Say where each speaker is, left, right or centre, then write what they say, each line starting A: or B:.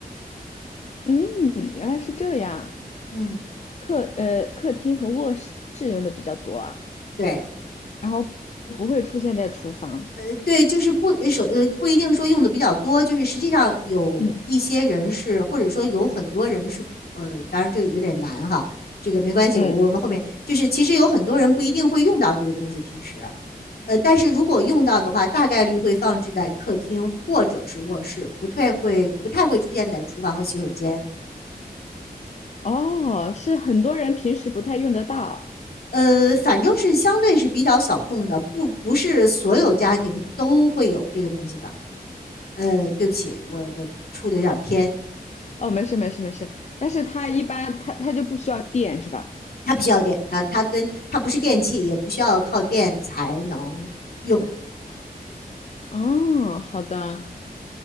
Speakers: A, on the left; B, on the left.
A: 嗯，原来是这样。
B: 嗯，
A: 客呃，客厅和卧室用的比较多啊，
B: 对，
A: 然后不会出现在厨房。
B: 呃，对，就是不呃首呃不一定说用的比较多，就是实际上有一些人是，
A: 嗯
B: 或者说有很多人是，呃，当然这个有点难哈，这个没关系，
A: 嗯，
B: 我我们后面就是其实有很多人不一定会用到这个东西，平时。呃，但是如果用到的话，大概率会放置在客厅或者是卧室，不太会不太会出现在厨房和洗手间。
A: 哦，是很多人平时不太用得到。
B: 呃，反正是相对是比较小众的，不不是所有家庭都会有这个东西的。呃，对不起，我我出的有点偏，
A: 哦，没事没事没事，但是它一般它它就不需要电是吧？
B: 它不需要电，它它跟它不是电器，也不需要靠电才能用。
A: 哦，好的。